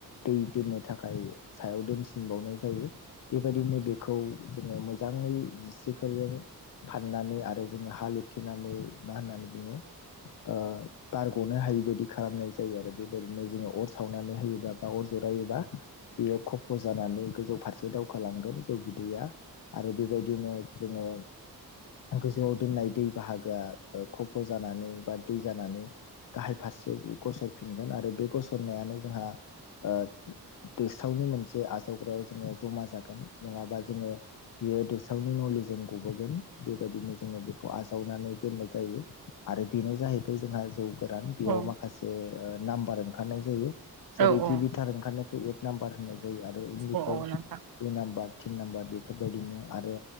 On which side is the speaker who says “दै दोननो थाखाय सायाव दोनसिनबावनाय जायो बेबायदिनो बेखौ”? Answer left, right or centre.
Left